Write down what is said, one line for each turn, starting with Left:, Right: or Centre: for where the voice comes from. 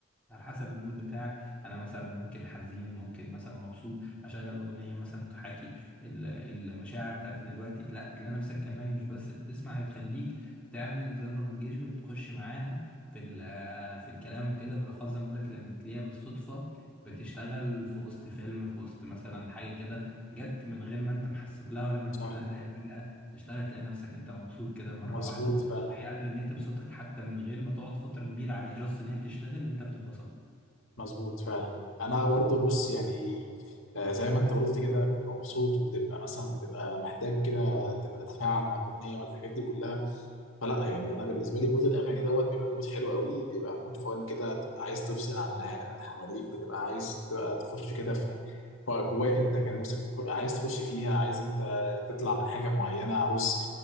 Centre: على حسب المود بتاعك انا مثلا ممكن حزين ممكن مثلا مبسوط اشغل اغنيه مثلا تحاكي ال- المشاعر بتاعتي دلوقتي تلاقي تلاقي نفسك كمان مش بس بتسمع هي تخليك تعمل زي نظام انجيجمنت تخش معاها في ال- في الكلام وكده بالاخص زي ما بقول لك لما بتلاقيها بالصدفه بتشتغل في وسط فيلم في وسط مثلا حاجه كده جت من غير ما انت محسب لها ولا مرتب
Left: صح
Centre: لها تلاقي فجاه تشتغل تلاقي نفسك انت مبسوط كده مره
Left: مظبوط
Centre: واحده
Left: فعلا
Centre: هي قادرة ان هي تبسطك حتى من غير ما تقعد فترة كبيرة عليها جاست ان هي بتشتغل انت بتتبسط
Left: مظبوط فعلا انا برضه بص يعني آه، زي ما انت قلت كده بتبقى مبسوط وبتبقى مثلا بتبقى محتاج كده تبقى تتفاعل مع الاغنيه والحاجات دي كلها فلا يعني انا بالنسبه لي مود الاغاني دوت بيبقى مود حلو قوي بيبقى مود فن كده تبقى عايز تفصل عن العالم اللي حواليك بتبقى عايز تبقى تخش كده في في اجواء انت كان نفسك تخ... عايز تخش فيها عايز انت تطلع من حاجه معينه عاوز